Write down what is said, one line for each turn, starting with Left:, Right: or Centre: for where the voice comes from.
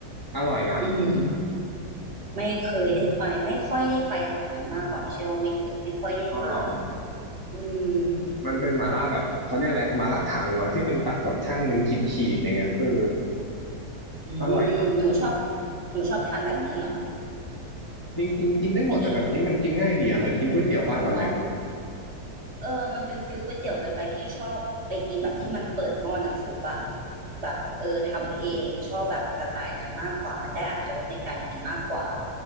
Left: อร่อยนะ
Right: อือหือไม่เคยได้ไปไม่ค่อยได้ไปแถวนั้นมากกว่าไม่ใช่ว่าไม่เคยไม่ค่อยได้ไป
Left: อ๋อเหรอ
Right: อืม
Left: มันเป็นหมาล่าแบบเขาเรียกอะไรหมาล่าถังเหรอที่เป็นตักแบบช่างเป็นขีดขีดอย่างเงี้ยเออ
Right: อืมหนูชอบ
Left: อร่อยนะ
Right: หนูชอบทานแบบนี้เหรอ
Left: จริงจริงกินได้หมดแต่แบบนี้มันกินง่ายดีอ่ะเหมือนกินก๋วยเตี๋ยวบ้านเราเลยอ่ะ
Right: พี่ลอง เออมันเป็นฟิลก๋วยเตี๋ยวเกินไปพี่ชอบไปกินแบบที่มันเปิดหม้อน้ำซุปอะแบบเออทำเองชอบแบบสไตล์นั้นมากกว่ามันได้อรรถรสในการกินมากกว่า